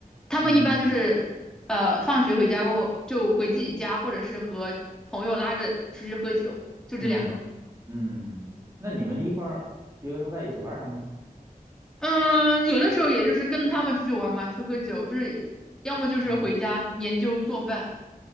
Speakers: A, in the centre; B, on the right (about 20°).
A: 他们一般就是呃放学回家过后就回自己家，
B: 嗯
A: 或者是和朋友拉着出去喝酒，就这两种。
B: 嗯嗯嗯，那你们一块儿留学生在一起玩什么呢？
A: 嗯，有的时候也就是跟着他们出去玩嘛，去喝酒，就是要么就是回家研究做饭。
B: 嗯，